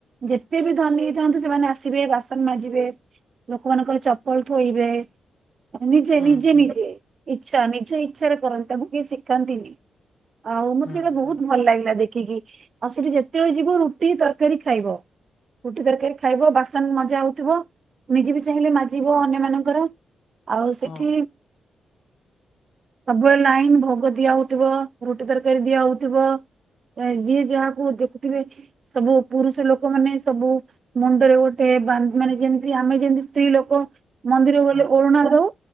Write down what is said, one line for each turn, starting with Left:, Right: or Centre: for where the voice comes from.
Right: ଯେତେ ବି ଧନୀ ହେଥାନ୍ତୁ ସେମାନେ ଆସିବେ ବାସନ ମାଜିବେ ଲୋକମାନଙ୍କର ଚପଲ ଥୋଇବେ। ନିଜେ
Left: ହୁଁ
Right: ନିଜେ
Left: ହୁଁ
Right: ନିଜେ ଇଚଛା ନିଜେ ଇଚ୍ଛାରେ କରନ୍ତି ତାକୁ କେହି ଶିଖାନ୍ତିନି। ଆଉ
Left: ହୁଁ
Right: ମତେ ସେଇଟା ବହୁତ
Left: ହୁଁ
Right: ଭଲ ଲାଗିଲା ଦେଖିକି ଆଉ ସେଠି ଯେତେବେଳେ ଯିବ ରୁଟି ତରକାରୀ ଖାଇବ। ଗୁଟି ତରକାରୀ ଖାଇବ ବାସନ ମଜା ହଉଥିବ। ମିଜିବ ଚାହିଁଲେ ମାଜିବ ଅନ୍ୟ ମାନଙ୍କର ଆଉ ସେଠି
Left: ହଁ
Right: ସବୁବେଳେ ଲାଇନ ଭୋଗ ଦିଆ ହଉଥିବ। ରୁଟି ତରକାରୀ ଦିଆ ହଉଥିବ ଯିଏ ଯାହାକୁ ଦେଖୁଥିବେ। ସବୁ ପୁରୁଷ ଲୋକମାନୋନେ ସବୁ ମୁଣ୍ଡରେ ଗୋଟେ ମାନେ ଯେମତି ଆମେ ଯେମତି ସ୍ତ୍ରୀ ଲୋକ ମନ୍ଦିରକୁ ଗଲେ
Left: ହଁ
Right: ଅରୁଣା ଦଉ